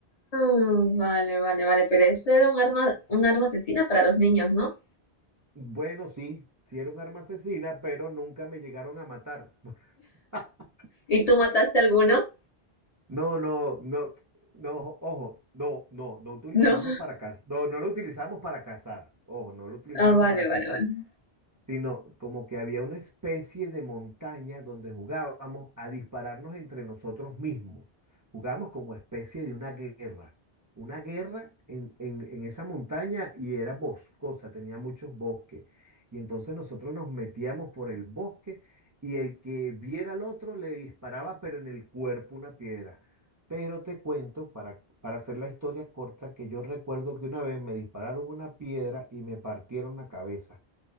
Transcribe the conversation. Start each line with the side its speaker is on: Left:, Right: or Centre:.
Left: Ah, vale, vale, vale, pero eso era un arma, un arma asesina para los niños, ¿no?
Right: Y. Bueno, sí, sí era un arma asesina, pero nunca me llegaron a matar. <laughs>
Left: ¿Y tú mataste a alguno?
Right: No, no, no, no, ojo, no, no, no utilizamos
Left: No.
Right: para cazar. No, no lo utilizamos para cazar. Ojo, no lo utilizamos
Left: Ah, vale,
Right: para
Left: vale,
Right: cazar.
Left: vale.
Right: sino como que había una especie de montaña donde jugábamos a dispararnos entre nosotros mismos. Jugábamos como especie de una guerra, una guerra en, en- en esa montaña y era boscosa, tenía muchos bosques. Y entonces nosotros nos metíamos por el bosque y el que viera al otro le disparaba, pero en el cuerpo una piedra. Pero te cuento, para, para hacer la historia corta, que yo recuerdo que una vez me dispararon una piedra y me partieron la cabeza.